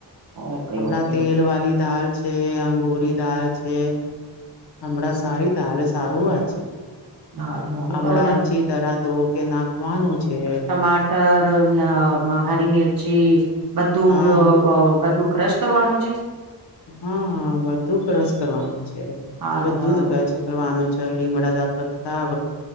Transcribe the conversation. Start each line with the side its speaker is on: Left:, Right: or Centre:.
Right: ઓકે
Left: અણા
Right: ઓકે
Left: તેલ
Right: ઓકે
Left: વાી દ. છે અંગુરી દાળ છે. હમણા સારી તાલસ. સારું આ છે.
Right: હ
Left: હમણાં
Right: તો
Left: અચ્છી તરહ ધો કે નાખવાનું છે.
Right: ટમાટર. હરી મરચી. બધું
Left: હા
Right: બધું. ક્રશ કરવાનું છે.
Left: હા વધુ કરસ કરવાનું.
Right: હારું
Left: બધું
Right: હારું
Left: જ ક છે કરવાનું છે લીમડા પતા.